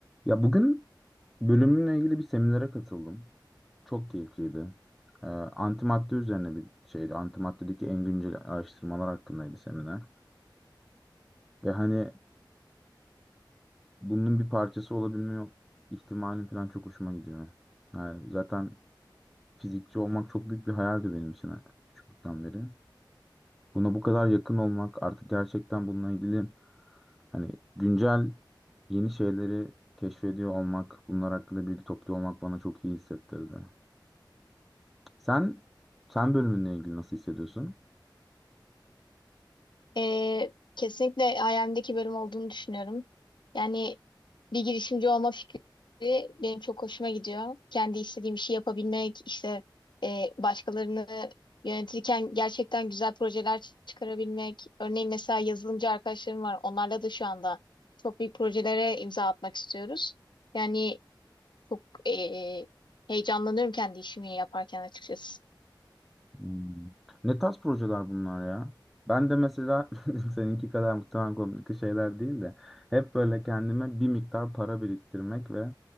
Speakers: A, in the centre; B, on the left.
A: Ya bugün bölümümle ilgili bir seminere katıldım. Çok keyifliydi. Ee, antimadde üzerine bir şeydi. Antimaddedeki en güncel araştırmalar hakkındaydı seminer. Ve hani bunun bir parçası olabilme ihtimalim falan çok hoşuma gidiyor. Yani zaten fizikçi olmak çok büyük bir hayaldi benim için ha, küçüklükten beri. Buna bu kadar yakın olmak, artık gerçekten bununla ilgili hani güncel yeni şeyleri keşfediyor olmak, bunlar hakkında bilgi topluyor olmak bana çok iyi hissettirdi. Sen sen bölümünle ilgili nasıl hissediyorsun?
B: Ee, kesinlikle hayalimdeki bölüm olduğunu düşünüyorum. Yani bir girişimci olma fikri benim çok hoşuma gidiyor. Kendi istediğim işi yapabilmek, işte e, başkalarını yönetirken gerçekten güzel projeler çıkarabilmek. Örneğin mesela yazılımcı arkadaşlarım var. Onlarla da şu anda çok büyük projelere imza atmak istiyoruz. Yani çok e, heyecanlanıyorum kendi işimi yaparken açıkçası.
A: Hmm. Ne tarz projeler bunlar ya? Ben de mesela <laughs> seninki kadar muhtemelen komik şeyler değil de hep böyle kendime bir miktar para biriktirmek ve